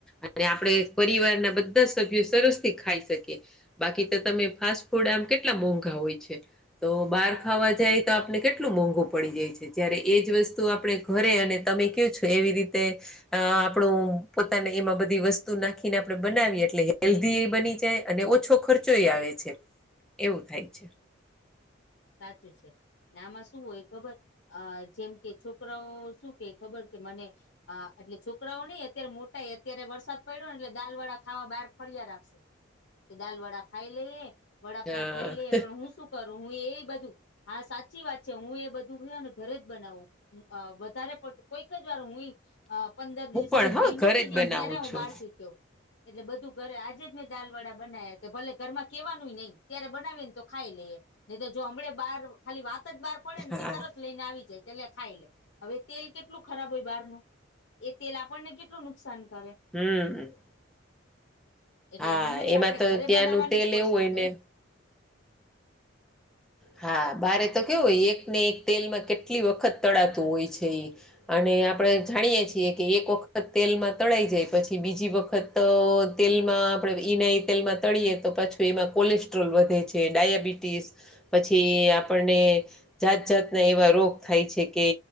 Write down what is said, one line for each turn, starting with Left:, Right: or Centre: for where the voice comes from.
Centre: અને આપણે પરિવારના બધા સભ્યો સરસથી ખાઈ શકીએ. બાકી તો તમે ફાસ્ટ ફૂડ આમ કેટલા મોંઘા હોય છે, તો બાર ખાવા જાય તો આપને કેટલું મોંઘું પડી જાય છે, જ્યારે એ જ વસ્તુ આપણે ઘરે અને તમે કયો તો એવી રીતે અ આપણું પોતાને એમાં બધી વસ્તુ નાખીને આપણે બનાવીએ એટલે હેલ્ધી એ બની જાય અને ઓછો ખર્ચોય આવે છે, એવુ થાય છે.
Left: સાચું છે. નામાં શું હોય ખબર અ જેમ કે છોકરાઓ શું કે ખબર કે મને અ એટલે છોકરાઓ નઈ અત્યારે મોટા અત્યારે વરસાદ પડ્યો ને એટલે દાલવાળા ખાવા બાર ફર્યા રાખશે કે દાલ વડા ખાઈ લે વડાપઉ
Centre: હા
Left: ખાઈ લે પણ હું શું કરું હું એ બધું હા સાચી વાત છે, હું એ બધુંયો છે, ને ઘરે જ બનાવું અ વધારે પડતું કોઈક જ વાર હુંય અ પંદર
Centre: હું
Left: દિવસે
Centre: પણ
Left: કે,
Centre: હા
Left: મહિનો
Centre: ઘરે
Left: થઇ
Centre: જ
Left: જાયને,
Centre: બનાવું
Left: ત્યારે હું
Centre: છું
Left: બાર થી ખાઉ. એટલે, બધું ઘરે આજે જ મેં દાલવડા બનાવ્યા, તો ભલે ઘરમાં કેવાનુંઈ નહી, ત્યારે બનાવી ને તો ખાઈ લે. નહી તો, જો હમડે બહાર, ખાલી વાત જ બહાર પડે ને,
Centre: હા
Left: તો તરત- -લઈને આવી જાય, કે લે ખાઈ લે, હવે તેલ કેટલું ખરાબ હોય બહારનું. એ તેલ, આપણને કેટલું નુકસાન કરે?
Centre: હમ
Left: એટલે,
Centre: હા
Left: હંમેશા
Centre: એમાં
Left: આપડે
Centre: તો
Left: ઘરે
Centre: ત્યાંનું
Left: બનાવાની
Centre: તેલ
Left: જ કોશિશ
Centre: એવું હોય
Left: કરે.
Centre: ને હા, બારે તો કેવું હોય, એક ને એક તેલમાં કેટલી વખત તળાતું હોય છે એ! અને, આપણે જાણીએ છીએ કે, એક વખત તેલમાં તળાઈ જાય પછી બીજી વખત- -તો તેલમાં આપણે ઈનાય તેલમાં તળીએ, તો પાછું એમાં કોલેસ્ટ્રોલ વધે છે ડાયાબિટીસ- પછી આપણને- જાત જાતના રોગ થાય છે,